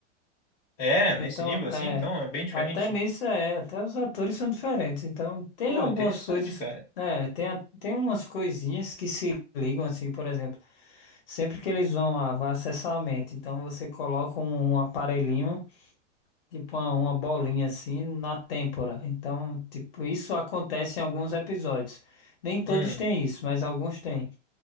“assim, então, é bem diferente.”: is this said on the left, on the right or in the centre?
Left